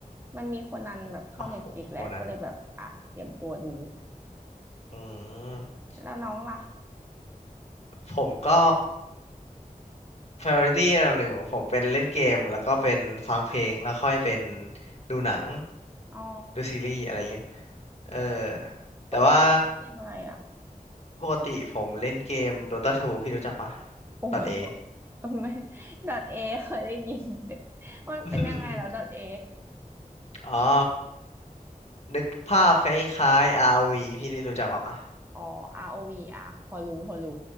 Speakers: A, on the right; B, on the left.
A: มันมีโคนันแบบเข้าเน็ตฟลิกแหละก็เลยแบบอ่ะเตรียมตัวดู
B: โอ้โหคนนั้นอืม
A: แล้วน้องล่ะ
B: ผมก็ priority อันดับหนึ่งของผมเป็นเล่นเกมแล้วก็เป็นฟังเพลงแล้วค่อยเป็นดูหนัง
A: อ๋อ
B: ดูซีรีส์อะไรเงี้ยเออแต่ว่า
A: ปกติเล่นเกมอะไรอ่ะ
B: ปกติผมเล่นเกม Dota 2พี่รู้จักปะ
A: โอ้ไม่
B: .A
A: ดอทเอเคยได้ยินมันเป็นยังไงแล้วดอทเอ
B: <laughs> อ๋อ นึกภาพคล้ายๆ ROV พี่รู้จักปะ
A: อ๋อ ROV อวีอ่ะพอรู้พอรู้